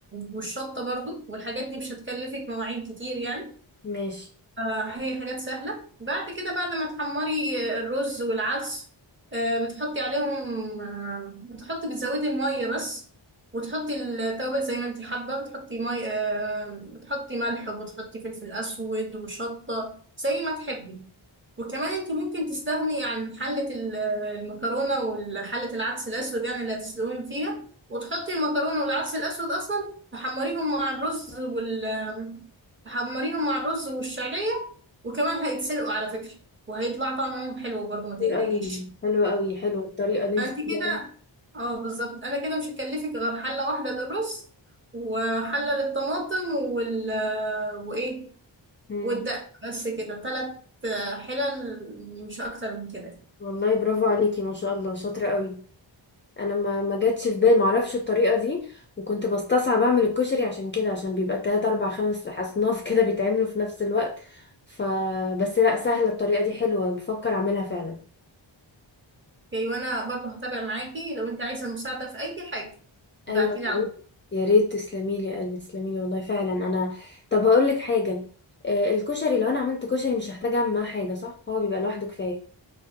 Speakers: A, on the right; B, on the left.
A: والشطة برضو والحاجات دي مش هتكلفك مواعين كتير يعني
B: ماشي
A: آه، هي حاجات سهلة بعد كده بعد ما تحمري الرز والعدس آه، بتحطي عليهم آه، بتحطي بتزودي المية بس وتحطي التوابل زي ما انت حابة بتحطي مي آه، بتحطي ملح وبتحطي فلفل أسود وشطة زي ما تحبي وكمان انت ممكن تستغني عن حلة ال- المكرونة وحلة العدس الأسود يعني اللي هتسلقيهم فيها وتحطي المكرونة والعدس الأسود أصلا تحمريهم مع الرز وال تحمريهم مع الرز والشعرية وكمان هيتسلقوا على فكرة وهيطلع طعمهم حلو برضه ما تقلقيش
B: حلو قوي حلو قوي حلوه الطريقه اللي انت
A: انت
B: بتقولي
A: كده
B: عليها
A: اه بالظبط انا كده مش هكلفك غير حلة واحدة للرز وحلة للطماطم وال وايه
B: مم.
A: والدقة بس كده ثلاث حلل مش اكتر من كده
B: والله برافو عليكي ما شاء الله شاطرة قوي انا ما ما جاتش في بالي ما اعرفش الطريقة دي وكنت بستصعب اعمل الكشري عشان كده عشان بيبقى 3 4 5 اصناف <laughs> كده بيتعملوا في نفس الوقت ف بس لا سهلة الطريقة دي حلوة بفكر اعملها فعلا
A: اوكي وانا برضه هتابع معاكي لو انت عايزة مساعدة في اي حاجة
B: ايوه
A: ابعتيلي
B: يا
A: على
B: ريت
A: طول.
B: يا ريت تسلمي لي يا قلبي تسلمي لي والله فعلا انا طب هقول لك حاجة آه، الكشري لو انا عملت كشري مش هحتاج اعمل معاه حاجة صح هو بيبقى لوحده كفاية